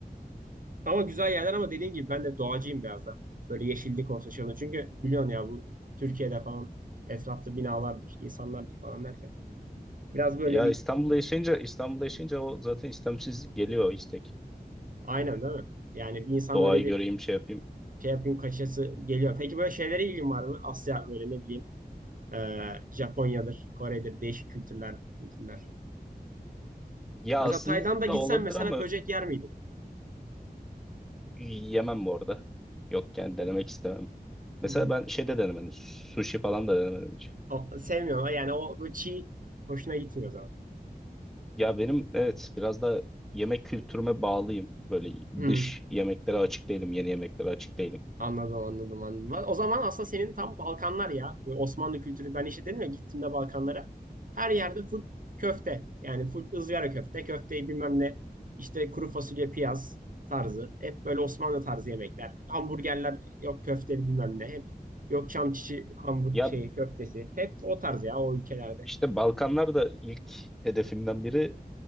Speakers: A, on the right; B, in the centre.
A: Ama güzel yerler ama dediğim gibi ben de doğacıyım biraz da. Böyle yeşillik olsun şey olsun. Çünkü biliyorsun ya bu Türkiye'de falan etrafta binalardır, insanlardır falan derken. Biraz böyle
B: Ya
A: bir
B: İstanbul'da yaşayınca İstanbul'da yaşayınca o zaten istemsiz geliyor o istek.
A: aynen değil mi? Yani bir insan
B: Doğayı
A: böyle bir
B: göreyim, şey yapayım.
A: şey yapayım kaçası geliyor. Peki böyle şeylere ilgin var mı? Asya böyle ne bileyim e, Japonya'dır, Kore'dir değişik kültürler, kültürler.
B: Ya
A: Mesela
B: aslında
A: Tayland'a gitsen
B: olabilir
A: mesela
B: ama
A: böcek yer miydin?
B: yemem bu arada. Yok yani denemek istemem. Mesela
A: Hı hı.
B: ben şeyde denemedim. Sushi falan da denemedim hiç.
A: O, sevmiyorum yani o, o çiğ hoşuna gitmiyor o zaman.
B: Ya benim evet biraz da yemek kültürüme bağlıyım. Böyle
A: Hı.
B: dış yemeklere açık değilim, yeni yemeklere açık değilim.
A: Anladım anladım anladım. Va- O zaman aslında senin tam Balkanlar ya. Böyle Osmanlı kültürü ben işte dedim ya gittiğimde Balkanlara. Her yerde full köfte. Yani full ızgara köfte. Köfteyi bilmem ne. işte kuru fasulye piyaz tarzı. Hep böyle Osmanlı tarzı yemekler. Hamburgerler yok köfteli bilmem ne. Hep yok çam çiçi hamburg
B: Ya
A: şeyi köftesi. Hep o tarz ya o ülkelerde.
B: işte Balkanlar da ilk hedefimden biri.